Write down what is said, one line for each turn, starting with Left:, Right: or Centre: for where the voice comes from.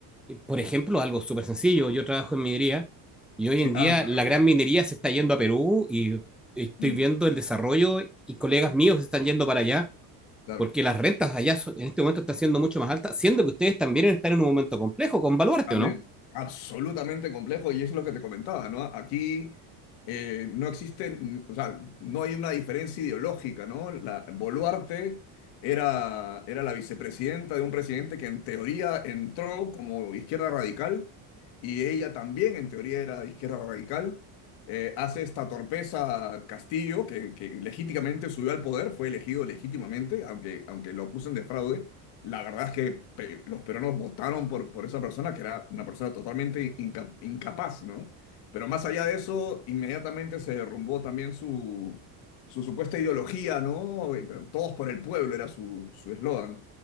Centre: eh, por ejemplo, algo súper sencillo, yo trabajo en minería y hoy
Left: Sí,
Centre: en día
Left: ah, claro.
Centre: la gran minería se está yendo a Perú y estoy
Left: mm,
Centre: viendo el desarrollo y colegas míos se están yendo para allá
Left: claro.
Centre: porque las rentas allá son- en este momento están siendo mucho más altas, siendo que ustedes también están en un momento complejo con Baluarte,
Left: También,
Centre: ¿o no?
Left: absolutamente complejo y es lo que te comentaba, ¿no? Aquí eh, no existe, mm, o sea, no hay una diferencia ideológica, ¿no? La, Boluarte era, era la vicepresidenta de un presidente que en teoría entró como izquierda radical y ella también en teoría era de izquierda radical. Eh, hace esta torpeza Castillo, que, que legítimamente subió al poder, fue elegido legítimamente, aunque, aunque lo acusen de fraude la verdad es que pe- los peruanos votaron por, por esa persona, que era una persona totalmente inca- incapaz, ¿no? Pero más allá de eso, inmediatamente se derrumbó también su, su supuesta ideología, ¿no? Eh, Todos por el pueblo era su su eslogan.